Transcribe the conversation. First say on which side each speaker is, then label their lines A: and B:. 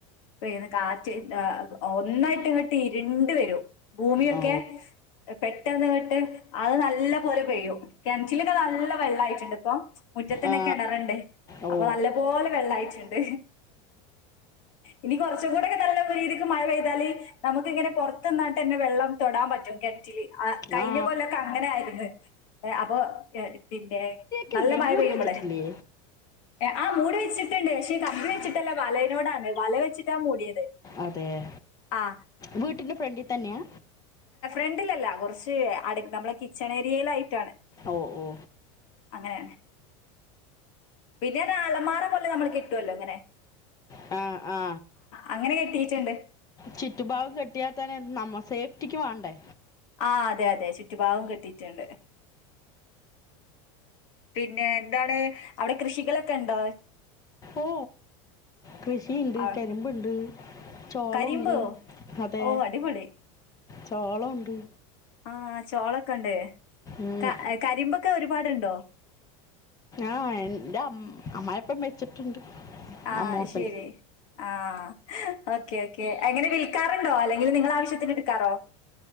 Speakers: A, on the left; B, on the left.
A: പെയ്യ്ണ് കാറ്റ് ഹ് ഒന്നായിട്ട് ഇങ്ങട്ട് ഇര് ഇര്ണ്ട് വരും ഭൂമിയൊക്കെ
B: ഓ
A: പെട്ടെന്ന്ങ്ങട്ട് അഅ് നല്ലപോലെ പെയ്യും കിണറ്റിലൊക്കെ നല്ല വെള്ളായിട്ടുണ്ട് ഇപ്പം മുറ്റത്തന്നെ
B: ആ
A: കിണറുണ്ട്
B: ഓ
A: അപ്പം നല്ലപോലെ വെള്ളവായി റ്റ്ണ്ട് ഇനി കുറച്ചും കൂടെ ഒക്കെ നല്ല രീതിക്ക് മഴ പെയ്താല് നമു ക്ക് ഇങ്ങനെ പുറത്തു നിന്നട്ട് തന്നെ വെള്ളം തൊടാൻ പറ്റും കിണറ്റില് അ കയിഞ്ഞ
B: ആ
A: കൊല്ലം ഒക്കെ അങ്ങനെയായിര്ന്ന് അപ്പം പിന്നെ
B: കില്ലെ
A: നല്ല മഴ
B: മൂടി
A: പെയ്യുമ്പോളെ
B: വെച്ചിട്ടില്ലെ
A: ഏ, ആ മൂടിവച്ചിട്ട് ട്ടുണ്ട് പക്ഷേ കമ്പി വച്ചിട്ടുള്ള വ <unintelligible> വല വച്ചിട്ടാ മൂടിയത്
B: അതെയോ
A: ആ
B: വി ട്ടിൻ്റെ ഫ്രണ്ടി തന്നെയാ
A: ഫ്രഡിൽ അല്ല കൊർച്ച് അട് നമ്മളെ കിച്ചൺ ഏരിയയിലായിട്ടാണ്
B: ഓ ഓ
A: ങ്ങനെയാ പിന്നെ അത് അലമാരപോലെ നമ്മള് കെട്ടുവല്ലോ ഇങ്ങനെ
B: ആ ആ
A: അങ്ങനെ കെട്ടീയിട്ടുണ്ട്
B: ചിട്ടു ഭാവ കട്ടിയാ തെ നമ്മ സേഫ്റ്റിക്ക് വേണ്ടേ
A: ആ അതെ അതെ ചുറ്റുപാവവും കിട്ടിട്ടുണ്ട് പിന്നെ എന്താണ് അവിടെ കൃഷികളൊക്കെ ഉണ്ടോ
B: ഓ കൃഷിയുണ്ട്
A: ആ,
B: കരിമ്പുണ്ട് ചോളംുണ്ട്
A: കരിമ്പോ
B: അതെ
A: ഓ അടിപൊളി
B: ചോളമുണ്ട്
A: ആ ചോള ക്കണ്ടേ
B: ഉം,
A: കാ കരി്പ ഒക്കെ ഒരുപാടുണ്ടോ
B: ആഹ എന്റെ അ അമ്മപ്പം വെച്ചിട്ടുണ്ട്
A: ആഹ്
B: അമ്മോസൻ
A: ശരി ആഹ ഓക്കെ ഓക്കെ എങ്ങനെ വിൽക്കാറുണ്ടോ അല്ലെങ്കിൽ നിങ്ങ ആവശ്യത്തിന് എടുക്കാറോ